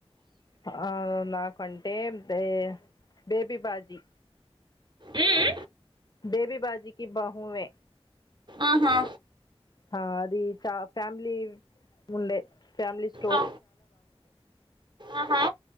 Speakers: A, on the left; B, on the right.
A: ఆ నాకంటేే బే బేబీ బాజీ
B: ఉహు
A: బేబీ బాజీకి బహువే
B: ఆహా
A: ఆ అది ఫ్యామిలీ ఉండే ఫ్యామిలీ స్
B: ఆ ఆహా